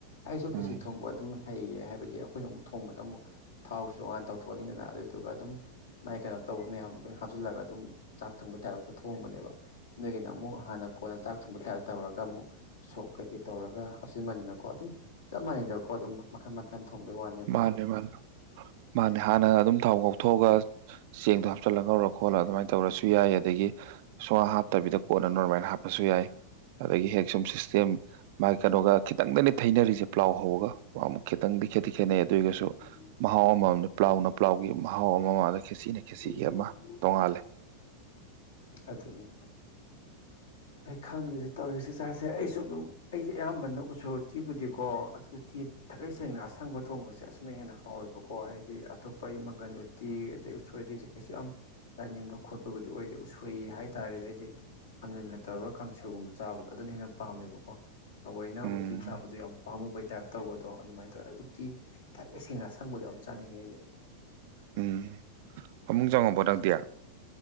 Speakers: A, on the left; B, on the right.
A: ꯑꯩꯁꯨ ꯈꯩꯁꯤ
B: ꯎꯝ
A: ꯊꯣꯡꯕ ꯑꯗꯨꯝ ꯍꯩꯌꯦ ꯍꯥꯏꯕꯗꯤ ꯑꯩꯈꯣꯏꯅ ꯃꯨꯛ ꯊꯣꯡꯕꯗ ꯃꯨꯛ ꯊꯥꯎ ꯁꯣꯛ ꯍꯥꯟꯅ ꯇꯧꯊꯣꯛ ꯑꯅꯤꯗꯅ ꯑꯗꯨꯗꯨꯒ ꯑꯗꯨꯝ ꯃꯒꯤ ꯀꯩꯅꯣ ꯇꯧꯕ ꯃꯌꯥꯝꯗꯣ ꯑꯩꯈꯣꯏ ꯍꯥꯞꯆꯤꯜꯂꯒ ꯑꯗꯨꯝ ꯆꯥꯛ ꯊꯣꯡꯕ ꯇꯥꯏꯞꯇꯣ ꯊꯣꯡꯕꯅꯦꯕ ꯅꯒꯤꯅ ꯑꯃꯨꯛ ꯍꯥꯟꯅ ꯀꯣꯟꯅ ꯆꯥꯛ ꯊꯣꯡꯕ ꯇꯥꯏꯞꯇ ꯇꯧꯔꯒ ꯑꯃꯨꯛ ꯁꯣꯛꯞ ꯀꯩꯀꯩ ꯇꯧꯔꯒ ꯍꯥꯞꯆꯤꯟꯕꯅꯤꯅꯀꯣ ꯑꯗꯨꯝ ꯆꯞ ꯃꯥꯟꯅꯩꯗꯀꯣ ꯑꯗꯨꯝ ꯃꯈꯟ ꯃꯈꯟ ꯊꯣꯡꯕꯩ ꯋꯥꯅꯦꯕꯀꯣ
B: ꯃꯥꯅꯦ ꯃꯥꯅꯤ ꯃꯥꯅꯦ ꯍꯥꯟꯅ ꯑꯗꯨꯝ ꯊꯥꯎ ꯉꯧ ꯊꯣꯛꯑꯒ ꯆꯦꯡꯗꯣ ꯍꯥꯞꯆꯤꯜꯂ ꯉꯧꯔ ꯈꯣꯠꯂ ꯑꯗꯨꯃꯥꯏꯅ ꯇꯧꯔꯁꯨ ꯌꯥꯏ ꯑꯗꯒꯤ ꯁꯨꯛ ꯍꯥꯞ ꯍꯥꯞꯇꯕꯤꯗ ꯀꯣꯟꯅ ꯅꯣꯔꯃꯦꯜ ꯍꯥꯞꯄꯁꯨ ꯌꯥꯏ ꯑꯗꯒꯤ ꯍꯦꯛ ꯁꯨꯝ ꯁꯤꯁꯇꯦꯝ ꯃꯥ ꯀꯩꯅꯣꯒ ꯈꯤꯇꯪꯗꯅꯦ ꯊꯩꯅꯔꯤꯁꯦ ꯄ꯭ꯂꯥꯎ ꯍꯧꯔꯒ ꯑꯃꯨꯛ ꯈꯤꯇꯪꯗꯤ ꯈꯤ ꯈꯦꯅꯦ ꯑꯗꯨꯒꯁꯨ
A: ꯎꯝ
B: ꯃꯍꯥꯎ ꯑꯃꯝꯝꯅꯦ ꯄ꯭ꯂꯥꯎꯅ ꯄ꯭ꯂꯥꯎꯒꯤ ꯃꯍꯥꯎ ꯑꯃ ꯈꯦꯁꯤꯅ ꯈꯦꯁꯤꯒꯤ
A: ꯎꯝ
B: ꯑꯃ ꯇꯣꯡꯉꯥꯜꯂꯦ
A: ꯑꯗꯨꯅꯦ ꯑꯩ ꯈꯪꯒꯗ ꯇꯧꯔꯤꯁꯦ ꯆꯥꯥꯁꯦ ꯑꯩꯁꯨ ꯑꯗꯨꯝ ꯑꯩꯁꯦ ꯑꯌꯥꯝꯕꯅ ꯎꯁꯣꯢ ꯎꯇꯤꯕꯨꯗꯤꯀꯣ ꯎꯇꯤ ꯊꯥꯒꯩ ꯁꯦꯡꯅ ꯑꯁꯪꯕ ꯊꯣꯡꯕꯁꯦ ꯑꯁꯤꯅ ꯍꯦꯟꯅ ꯍꯥꯎꯋꯦꯕꯀꯣ ꯍꯥꯏꯗꯤ ꯑꯇꯣꯞꯄ ꯑꯩ ꯃꯪꯒꯟ ꯎꯇꯤ ꯑꯗꯩ ꯎꯁꯣꯏꯗꯦꯁꯦ ꯀꯩꯁꯨ ꯌꯥꯝ ꯆꯥꯅꯤꯡꯕ ꯈꯣꯠꯄꯕꯨꯗꯤ ꯑꯣꯏꯗꯦ ꯎꯁꯣꯏ ꯍꯥꯏꯇꯥꯥꯔꯒꯗꯤ ꯑꯩꯗꯤ ꯑꯪꯒꯟꯒ ꯇꯧꯔꯒ ꯀꯥꯡꯁꯨꯒꯨꯝꯕ ꯆꯥꯕꯗꯣ ꯑꯗꯨꯅ ꯍꯦꯟꯅ ꯄꯥꯝꯃꯦꯕꯀꯣ ꯊꯑꯣꯏꯅ
B: ꯎꯝ
A: ꯎꯇꯤ ꯆꯥꯕꯗꯨ ꯌꯥꯝ ꯄꯥꯝꯃꯨꯕꯩ ꯇꯥꯏꯞ ꯇꯧꯕꯗꯣ ꯑꯗꯨꯃꯥꯏꯅ ꯇꯧꯔꯒ ꯑꯩ ꯎꯠꯇꯤ ꯊꯥꯒꯩ ꯁꯦꯡꯅ ꯑꯁꯪꯕꯗꯣ ꯌꯥꯝ ꯆꯥꯅꯤꯡꯉꯦ ꯑꯩꯗꯤ
B: ꯎꯝ ꯐꯃꯨꯨꯡ ꯆꯪꯉꯕꯣ ꯅꯪꯗꯤ